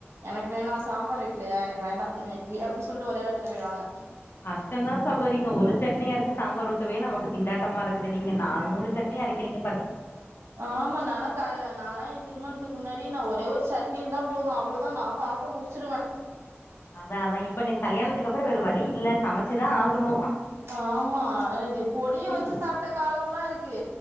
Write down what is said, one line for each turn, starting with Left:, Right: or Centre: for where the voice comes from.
Right: எனக்கு வேணா சாம்பார் வக்லயா எனக்கு வேண்டா ம் இட்லி அப்டின் சொல்ட்டு ஒரே வார்த்தலே போய்டுவாங்க
Left: கஷ்டந்தா சகோரிங்க ஒரு சட் னி‌ அர ச்சு சாம்பார் ஊத்தவே நமக்கு திண்டாட்டமா இருக்குது நீங்க நா மூணு சட்னி அரக்கிறிங்க
Right: ஆமா நல்லா கல நாலா எ திருமணத்துக் முன்னாடியெ நா ஒரே ஒரு சட்னி இந்தா போது அவ்வளதா நா சாப்ட்டு முடுச்சுருவெ
Left: அதா அதா இப்பனி கல்யாணதுக்கப்பற வேற வழி இல்ல சமச்சுதா ஆகணு
Right: ஆமா அது பொடிய
Left: ஒண்ணு
Right: வச்சு சாப்ட்ட காலம்லா இருக் கு